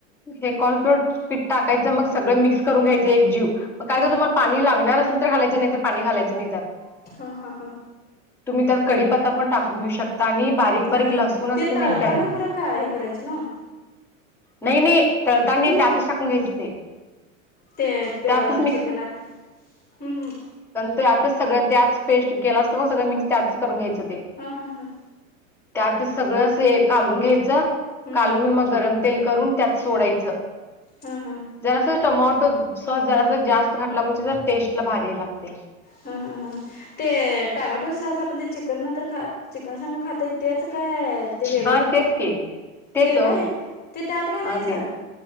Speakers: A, in the centre; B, on the left.
A: हे कॉर्न फ्लोर पीठ टाकायचं मग सगळं मिक्स करून घ्यायचं एक जीव. काय
B: हा
A: तर तुम्हाला पाणी लागणार असल तर घालायचं नाही तर पाणी घालायचं नाही त्यात.
B: हा हा हा
A: तुम्ही त्यात कडीपत्ता पण टाकून घेऊ शकता आणि बारीक बारीक
B: हा हां
A: लसूण असते
B: ते त
A: माहित
B: तळताना
A: काय
B: खरं काय हे करायचं ना.
A: नाही नाही तळताना नाही
B: हम्म
A: त्यातच टाकून घ्यायचं ते.
B: ते
A: त्यातच मिक्स
B: चिकनात हम्म हम्म
A: ते आतच सगळं त्याच पेस्ट केलं असतं मग सगळं मिक्स त्यातच करून घ्यायचं ते.
B: हा हा हां
A: त्यात सगळं अस कालून घ्यायचं
B: हम्म
A: कालून मग गरम तेल करून त्यात सोडायचं.
B: हम हां.
A: जरास टोमॅटो सॉस जरास जास्त घातला म्हणजे टेस्ट ला भारी लागते.
B: ह हां हां ते टामॅटो साॅस आपण ते चिकन नंतर खात चिकन संग खातय. त्याच काय ते वेगळं
A: हा तेच की तेच
B: ते
A: ओ
B: व्हय ते त्यात घालायचं.
A: हा तेच